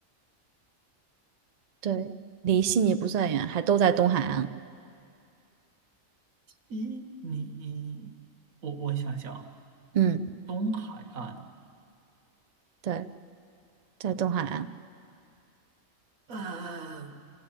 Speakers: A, on the right; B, on the right.
A: 对，离悉尼不算远，还都在东海岸。
B: 一，你，我我想想，
A: 嗯，
B: 东海岸，
A: 对，在东海岸。
B: 呃，